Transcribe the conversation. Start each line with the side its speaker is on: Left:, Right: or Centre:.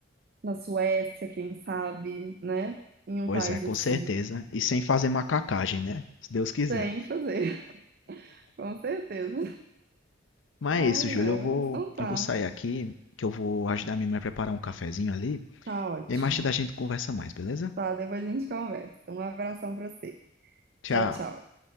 Right: na Suécia, quem sabe, né? Em um
Left: Pois
Right: país
Left: é, com
Right: assim.
Left: certeza. E sem fazer macacagem, né? Se Deus quiser.
Right: Sem fazer, <laughs> com certeza.
Left: Mas
Right: Ai,
Left: é isso, Júlio.
Right: ai,
Left: Eu vou,
Right: mas então tá.
Left: eu vou sair aqui, que eu vou ajudar minha mãe a preparar um cafezinho ali.
Right: Tá ótimo.
Left: E aí mais tarde a gente conversa mais, beleza?
Right: Tá, depois a gente conversa. Um abração pra você.
Left: Tchau.
Right: Tchau, tchau.